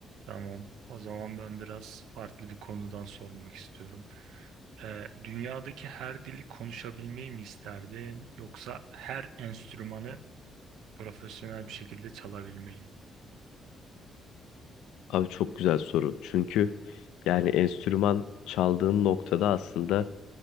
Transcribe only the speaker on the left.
Abi çok güzel soru. Çünkü yani enstrüman çaldığın noktada aslında